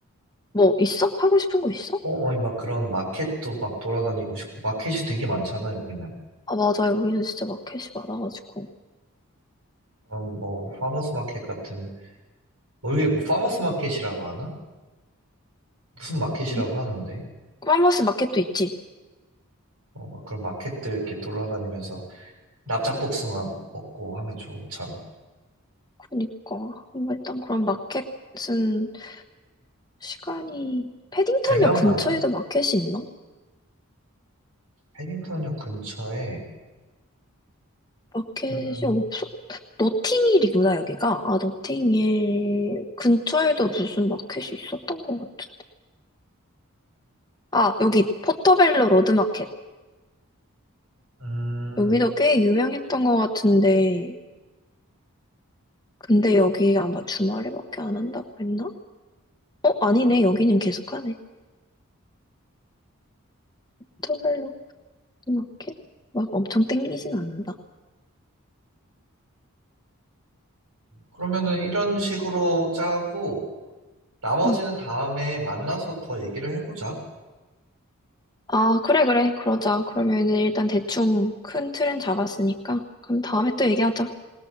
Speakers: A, on the left; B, on the right.
A: 뭐, 있어? 하고 싶은 거 있어?
B: 어, 뭐막 그런 마켓도 막 돌아다니고 싶고, 마켓이 되게 많잖아, 여기는.
A: 아, 맞아. 여기는 진짜 마켓이 많아가지고.
B: 그럼 뭐, 파머스 마켓 같은, 뭐 이게 뭐 파머스 마켓이라고 하나? 무슨 마켓이라고
A: 응?
B: 하는데?
A: 크바머스 마켓도 있지.
B: 어, 막 그런 마켓들 이렇게 돌아다니면서 납작복숭아 먹고 하면 좋잖아.
A: 그러니까. 뭔가 일단 그런 마켓은 시간이, 패딩턴역
B: 대면
A: 근처에도
B: 가자.
A: 마켓이 있나?
B: 해빙턴역 근처에,
A: 마켓이
B: 음,
A: 없어? 노팅힐이구나, 여기가. 아, 노팅힐 근처에도 무슨 마켓이 있었던 것 같은데. 아, 여기 포터벨로 로드마켓.
B: 음,
A: 여기도 꽤 유명했던 것 같은데. 근데 여기 아마 주말에밖에 안 한다고 했나? 어, 아니네. 여기는 계속 하네. 포터벨로 로드마켓? 막 엄청 땡기진 않는다.
B: 그러면은 이런 식으로 짜고, 나머지는
A: 응.
B: 다음에 만나서 더 얘기를 해보자.
A: 아, 그래, 그래. 그러자. 그러면 일단 대충 큰 틀은 잡았으니까. 그럼 다음에 또 얘기하자.